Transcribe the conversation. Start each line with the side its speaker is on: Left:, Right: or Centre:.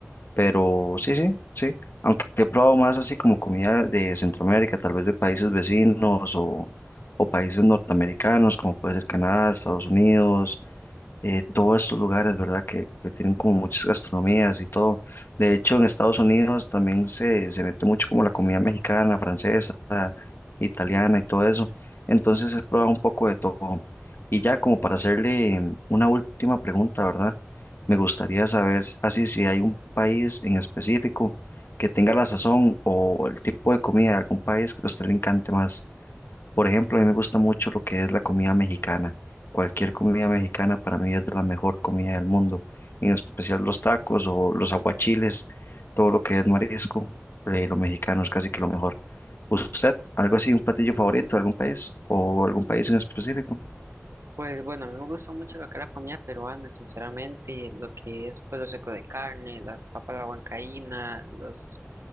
Left: Pero sí, sí, sí. Aunque he probado más así como comida de Centroamérica, tal vez de países vecinos o, o países norteamericanos, como puede ser Canadá, Estados Unidos, eh, todos estos lugares, ¿verdad? Que, que tienen como muchas gastronomías y todo. De hecho, en Estados Unidos también se, se mete mucho como la comida mexicana, francesa italiana y todo eso. Entonces he probado un poco de todo. Y ya como para hacerle una última pregunta, ¿verdad? Me gustaría saber s- así si hay un país en específico que tenga la sazón o el tipo de comida de algún país que a usted le encante más. Por ejemplo, a mí me gusta mucho lo que es la comida mexicana. Cualquier comida mexicana para mí es de la mejor comida del mundo, en especial los tacos o los aguachiles, todo lo que es marisco, eh, lo mexicano es casi que lo mejor. ¿Usted, algo así, un platillo favorito de algún país o algún país en específico?
Right: Pues bueno, a mí me gusta mucho lo que es la comida peruana, sinceramente, lo que es pues, lo seco de carne, la papa a la huancaína, los